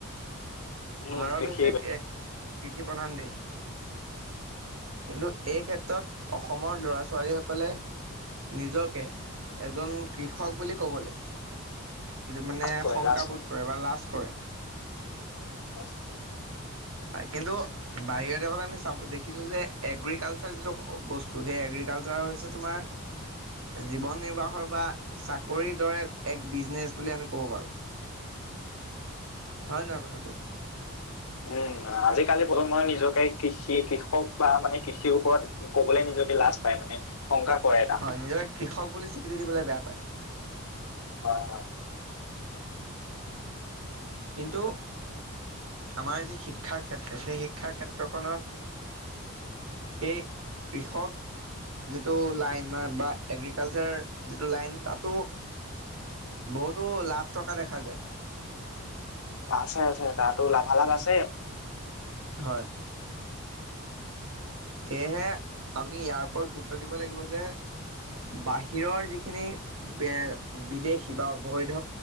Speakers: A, on the left; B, on the right.
A: উম
B: ভাৰত
A: সেই
B: হৈছে এক কৃষি প্ৰধান দেশ। কিন্তু এই ক্ষেত্ৰত অসমৰ ল'ৰা-ছোৱালী সকলে নিজকে এজন কৃষক বুলি কবলৈ মানে
A: কৰে
B: শংকাবোধ
A: লাষ্ট
B: কৰে বা লাজ কৰে।
A: আচ্ছা।
B: পায় কিন্তু বাহিৰৰ দেশত আমি চাব দেখিছো যে এগ্ৰিকালচাৰ যিটো বস্তু সেই এগ্ৰিকালচাৰ হৈছে তোমাৰ জীৱন নিৰ্বাহৰ বা চাকৰিৰ দৰে এক বিজনেচ বুলি আমি কব পাৰো। হয় নহয় কথাটো?
A: উম, আজিকালি প্ৰজন্মই নিজকে কৃষি কৃষক বা মানে কৃষিৰ ওপৰত ক'বলে নিজকে লাজ পায় মানে। শংকা কৰে এটা
B: হয় নিজকে কৃষক বুলি স্বীকৃতি দিবলে বেয়া পায়।
A: হয়, হয়।
B: কিন্তু আমাৰ যি শিক্ষাৰ ক্ষেত্ৰ সেই শিক্ষাৰ ক্ষেত্ৰখনত এই কৃষক যিটো লাইন মান বা এগ্ৰিকালচাৰ যিটো লাইন তাতো বহুতো লাভ থকা দেখা যায়।
A: আছে, আছে তাতো লাভালাভ আছে।
B: হয়। সেয়েহে আমি ইয়াৰ ওপৰত গুৰুত্ব দিব লাগিব যে বাহিৰৰ যিখিনি বে-বিদেশী বা অবৈধ